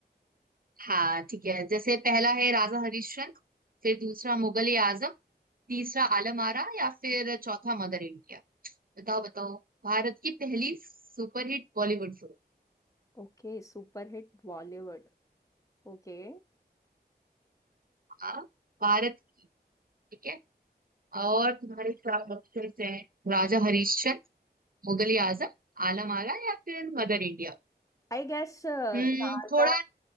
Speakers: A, on the right (about 55°); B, on the left (about 20°).
A: हाँ ठीक है जैसे पहला है राजा हरिश्चंद्र फिर दूसरा मुगल आजम तीसरा आलम आरा या फिर चौथा मदर इंडिया बताओ बताओ भारत की पहली सुपरहिट बॉलीवुड फिल्म
B: Okay super hit Bollywood Okay
A: हाँ भारत की ठीक है और तुम्हारे चार ऑप्शन हैं राजा हरिश्चंद्र मुगल आजम आलम आरा या फिर मदर इंडिया
B: I guess Raja
A: हम्म थोड़ा